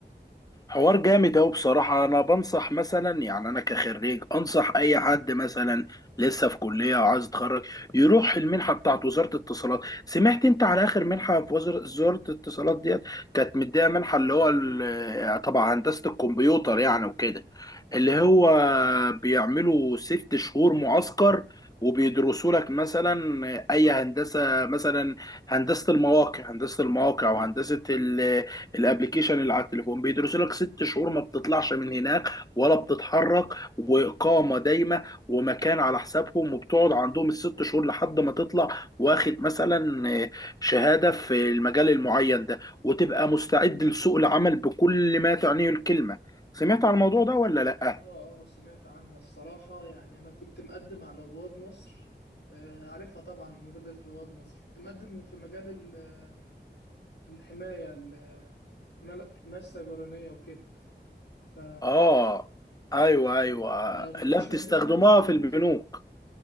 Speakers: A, on the left; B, on the left.
A: حوار جامد
B: ش-
A: أوي بصراحة أنا بنصح مثلا يعني أنا كخريج أنصح أي حد مثلا لسه في كلية وعايز يتخرج يروح المنحة بتاعت وزارة الاتصالات سمعت أنت على آخر منحة في وزارة وزارة الاتصالات ديت كانت مديها منحة اللي هو ال- طبعا هندسة الكمبيوتر يعني وكده اللي هو بيعملوا ست شهور معسكر وبيدرسوا لك مثلا اي هندسه مثلا هندسه المواقع هندسه المواقع وهندسه الابليكيشن اللي على التليفون بيدرس لك ست شهور ما بتطلعش من هناك ولا بتتحرك واقامه دايمه ومكان على حسابهم وبتقعد عندهم الست شهور لحد ما تطلع واخد مثلا آه، شهاده في المجال المعين ده وتبقى مستعد لسوق العمل بكل ما تعنيه الكلمه سمعت عن الموضوع ده ولا لا
B: آه آه سمعت عنها الصراحة يعني أنا كنت مقدم على رواد مصر آه، عارفها طبعا مبادرة رواد مصر كنت مقدم في مجال ال- الحماية مل- حماية سيبرانية وكده ف
A: اه ايوه ايوه
B: لو ما كنتش
A: لا بتستخدموها
B: مقدم فيها كنت ممكن
A: في البنوك